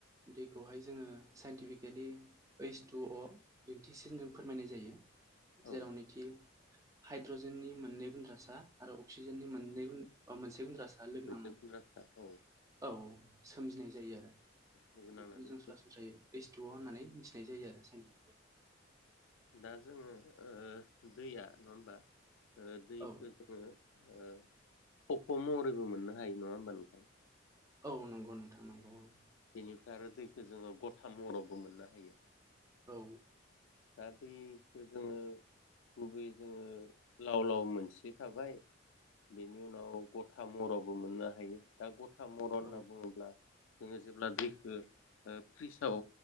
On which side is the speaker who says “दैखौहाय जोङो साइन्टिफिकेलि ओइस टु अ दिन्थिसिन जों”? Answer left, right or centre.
Right